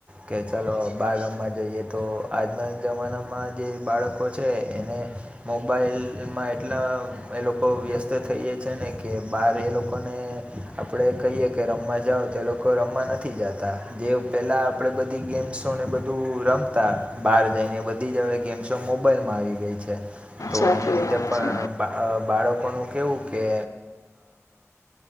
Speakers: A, on the right; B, on the left.
A: કે ચાલો બાર ગમવા જઈએ તો, આજના જમાનામાં જે બાળકો છે. એને મોબાઈલમાં એટલા એ લોકો વ્યસ્ત થઈએ છે ને કે બહાર એ લોકોને આપણે કહીએ, કે રમવા જાઓ તો એ લોકો કો રમવા નથી જતા. જે પહેલા આપણે બધી ગેમ્સોને બધું રમતા. બહાર જઈને એ બધી જ હવે, ગેમ્સો મોબાઈલમાં આવી ગઈ છે, તો
B: સાચી
A: એને લીધે
B: વાત
A: પણ
B: છે.
A: બા બાળકોનું કેવું કે